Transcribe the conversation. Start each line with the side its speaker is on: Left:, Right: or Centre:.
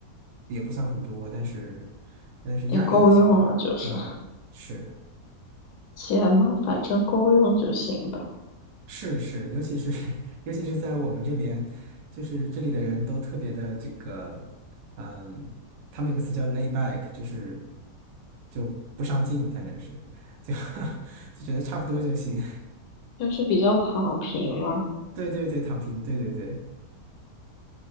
Right: 也不算很多，但是但是压力也小呀。
Left: 也够用了，就是
Right: 嗯，是
Left: 钱嘛，反正够用就行呗，
Right: 是是，尤其是 <laughs> 尤其是在我们这边，就是这里的人都特别的这个，嗯，他们有个词叫 lay back，就是就不上进，反正是就 <laughs> 就觉得差不多就行。
Left: 就是比较躺平嘛。
Right: <laughs> 对对对，躺平，对对对，